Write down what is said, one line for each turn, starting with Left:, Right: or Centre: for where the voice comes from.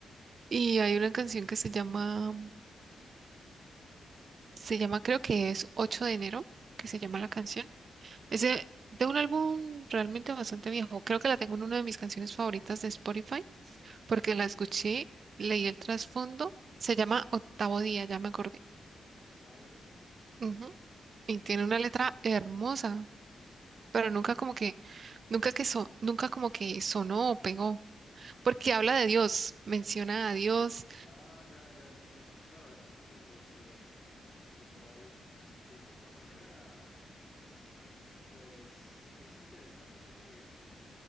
Right: y hay una canción que se llama, se llama creo que es 8 de enero, que se
Left: ajá,
Right: llama la canción.
Left: sí,
Right: Es de, de un álbum realmente bastante viejo. Creo que la tengo en una de mis canciones favoritas de Spotify,
Left: sí.
Right: porque la escuché, leí el trasfondo. Se llama Octavo Día, ya me acordé.
Left: Octavo día,
Right: Ujú. Y
Left: ok, qué
Right: tiene una letra hermosa. pero
Left: interesante.
Right: nunca como que, nunca que so- nunca como que sonó o pegó, porque habla de Dios, menciona a Dios,
Left: Ah, ya, ya, sí, la he escuchado, esa me acuerdo que literal, <laughs> de cierta manera, pues es interesante porque es,